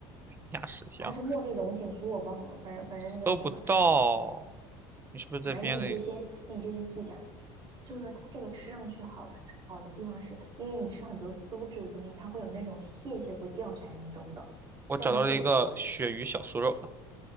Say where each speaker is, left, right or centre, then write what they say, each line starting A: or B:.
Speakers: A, on the right; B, on the right.
A: 鸭屎香，
B: 还是茉莉龙井酥，我忘了，反正反正那个挺好吃的。
A: 搜不到。你是不是在编的？
B: 反正那你就先，那你就先记下来。就是说，它这个吃上去好好的地方是，因为你吃很多酥质的东西，它会有那种屑屑会掉下来，你懂不懂？
A: 我找到了一个鳕鱼小酥肉，
B: 但它这个不会。